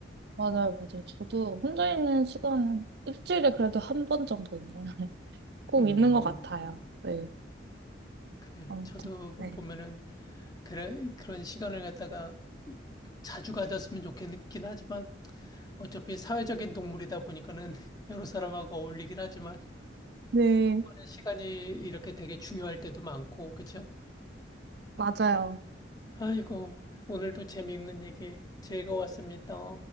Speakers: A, on the right; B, on the left.
A: 맞아요, 맞아요. 저도 혼자 있는 시간은 일주일에 그래도 한 번 정도는 <laughs> 꼭
B: 음,
A: 있는 것 같아요. 네.
B: 그래요.
A: 아무튼,
B: 저도
A: 네.
B: 보면은 그래, 그런 시간을 갖다가 자주 가졌으면 좋겠긴 하지만 어차피 사회적인 동물이다 보니까는 <laughs> 여러 사람하고 어울리긴 하지만
A: 네,
B: 시간이 이렇게 되게 중요할 때도 많고, 그렇죠?
A: 맞아요.
B: 아이고, 오늘도 재미있는 얘기 즐거웠습니다.